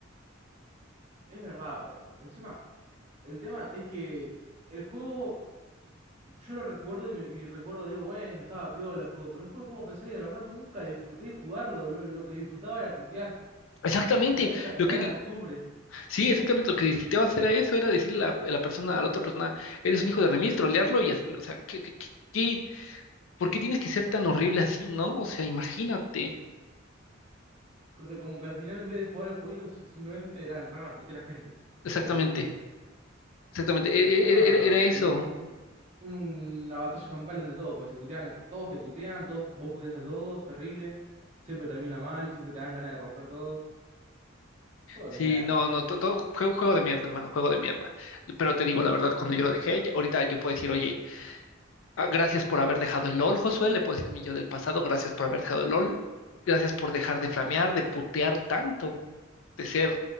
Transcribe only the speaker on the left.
Exactamente,
lo que,
sí, exactamente lo que disfrutaba hacer a eso era decirle a la, a la persona, a la otra persona, eres un hijo de remil, trolearlo y hacerlo, o sea, ¿qué, qué, qué, qué- por qué tienes que ser tan horrible así, ¿no? O sea, imagínate,
exactamente, exactamente, e-
e- era era eso.
Sí,
no, no, todo, juego, juego de mierda, hermano, juego de mierda. Pero te digo la verdad, cuando yo lo dejé, ya- ahorita yo puedo decir, oye, Ah, Gracias por haber dejado el LOL, Josué. Le puedo decir a mi yo del pasado, gracias por haber dejado el LOL. Gracias por dejar de flamear, de putear tanto, de ser,